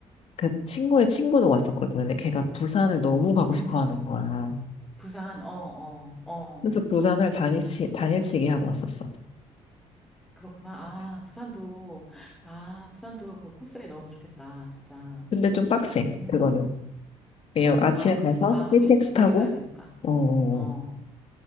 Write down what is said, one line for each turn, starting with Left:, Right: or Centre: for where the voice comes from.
Left: 그 친구의 친구도 왔었거든. 근데 걔가 부산을 너무 가고
Centre: 음.
Left: 싶어 하는 거야.
Centre: 부산, 어, 어, 어.
Left: 그래서 부산을 당일치, 당일치기 하고 왔었어.
Centre: 그렇구나. 아, 부산도, 아, 부산도 그 코스에 넣으면 좋겠다. 진짜.
Left: 근데 좀 빡세,
Centre: 음.
Left: 그거는. 네요. 아침에
Centre: 아, 그래?
Left: 가서
Centre: 아, 하긴,
Left: KTX
Centre: 멀리
Left: 타고,
Centre: 가야 되니까.
Left: 어, 어,
Centre: 어,